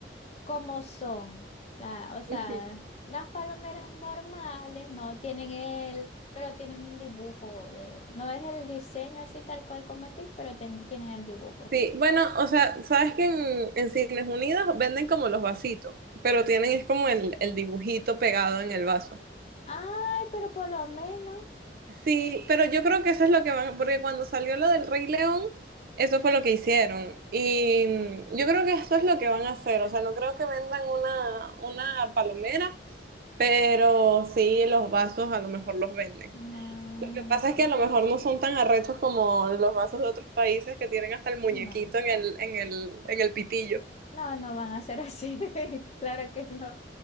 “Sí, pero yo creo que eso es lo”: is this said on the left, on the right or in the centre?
Right